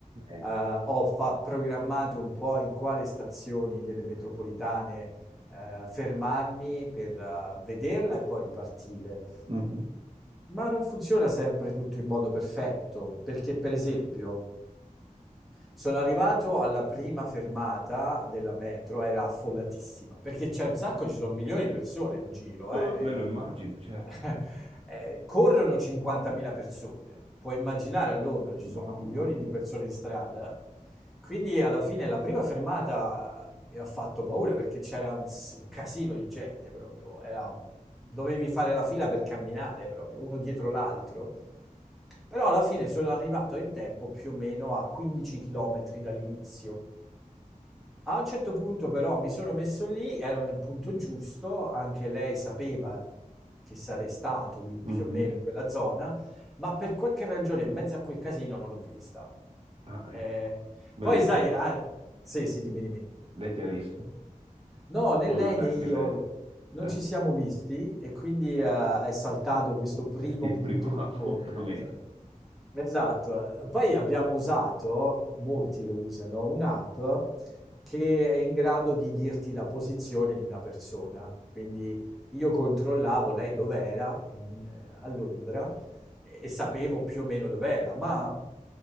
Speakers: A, on the right; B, in the centre.
A: Ecco.
B: eh, ho fa- programmato un po' in quale stazioni delle metropolitane eh, fermarmi per eh, vederla e poi ripartire.
A: Mhm.
B: Ma non funziona sempre tutto in modo perfetto, perché per esempio sono arrivato alla prima fermata della metro, era affollatissima, perché c'è un sacco, ci sono milioni di persone in giro,
A: Eh,
B: eh, è
A: me
B: una-
A: lo immagino, certo.
B: <laughs> eh, corrono 50.000 persone, puoi immaginare a Londra ci sono
A: Mamma
B: milioni
A: mia.
B: di persone in strada, quindi alla fine la prima fermata mi ha fatto paura perché c'era un, s- un casino di gente proprio, era, dovevi fare la fila per camminare proprio, uno dietro l'altro, però alla fine sono arrivato in tempo più o meno a 15 km dall'inizio. A un certo punto però mi sono messo lì, ero nel punto giusto, anche lei sapeva che sarei stato lì più
A: Mhm.
B: o meno in quella zona, ma per qualche ragione in mezzo a quel casino non l'ho vista.
A: Ah,
B: Eh,
A: ecco. Beh,
B: poi
A: lei
B: sai,
A: ti ha,
B: ah, sì, sì, dimmi, dimmi.
A: lei ti ha visto?
B: No, né lei
A: o non
B: né
A: anche
B: io
A: lei?
B: non
A: Eh?
B: ci siamo visti e quindi eh, è saltato questo primo
A: È Il
B: punto
A: primo
B: di
A: <laughs> appuntamento.
B: incontro. Esatto, eh, poi abbiamo usato, molti lo usano, un'app che è in grado di dirti la posizione di una persona. Quindi io controllavo lei dov'era in- eh, a Londra e, e sapevo più o meno dov'era, ma